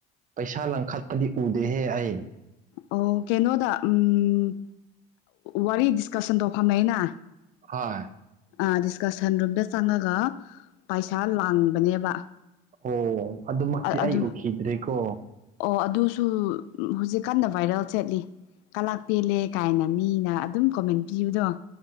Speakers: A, on the right (about 45°); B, on the left (about 80°).
A: ꯄꯩꯁꯥ ꯂꯪꯈꯠꯄꯗꯤ ꯎꯗꯦꯍꯦ ꯑꯩ
B: ꯑꯣ ꯀꯩꯅꯣꯗ ꯎꯝ ꯋꯥꯔꯤ ꯗꯤꯁꯀꯁꯟ ꯇꯧꯈꯃꯩꯅ
A: ꯍꯣꯏ
B: ꯑꯥ ꯗꯤꯁꯀꯁꯟ ꯔꯨꯝꯗ ꯆꯪꯉꯒ ꯄꯩꯁꯥ ꯂꯥꯡꯕꯅꯦꯕ
A: ꯑꯣ ꯑꯗꯨꯃꯛꯇꯤ
B: ꯑꯗꯨ
A: ꯑꯩ ꯎꯈꯤꯗ꯭ꯔꯦꯀꯣ
B: ꯑꯣ ꯑꯗꯨꯁꯨ ꯍꯧꯖꯤꯛ ꯀꯟꯅ ꯚꯥꯏꯔꯦꯜ ꯆꯠꯂꯤ ꯀꯂꯥꯛ ꯄꯦꯜꯂꯦ ꯀꯥꯏꯅ ꯃꯤꯅ ꯑꯗꯨꯝ ꯀꯣꯃꯦꯟ ꯄꯤꯕꯗꯣ